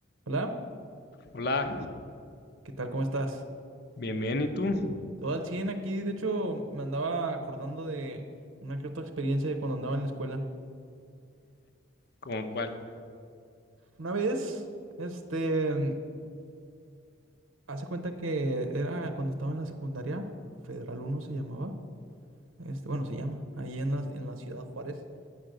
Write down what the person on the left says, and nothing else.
Hola,
bien, bien, ¿y tú?
¿Cómo cuál?